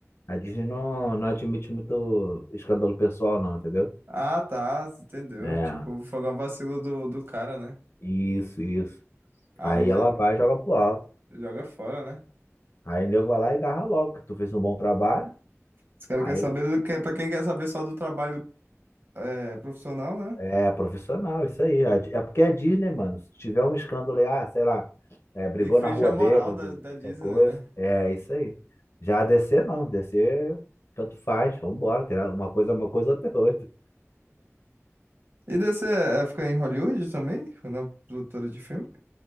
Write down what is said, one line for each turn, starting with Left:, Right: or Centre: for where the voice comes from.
Left: A Disney não, não admite muito escândalo pessoal, não, entendeu?
Right: Ah, tá. Entendeu?
Left: É,
Right: Tipo, foi uma vacila do, do cara, né?
Left: isso, isso.
Right: Aí
Left: Aí ela
Right: já-
Left: vai e joga pro alto.
Right: joga fora, né?
Left: Aí o nego vai lá e agarra logo, que tu fez um bom trabalho.
Right: Os caras
Left: Aí
Right: querem saber do que, pra quem quer saber só do trabalho é, profissional, né?
Left: é profissional, isso aí. A Di- É porque é Disney, mano. Se tiver um escândalo aí, ah, sei lá, é, brigou
Right: Infringe
Left: na rua
Right: a
Left: bêbado,
Right: moral da, da Disney,
Left: qualquer coisa.
Right: né?
Left: É isso aí. Já a DC não, DC tanto faz, vambora. tem Uma coisa é uma coisa, outra é outra.
Right: E dessa é ficar em Hollywood também? na produtora de filme?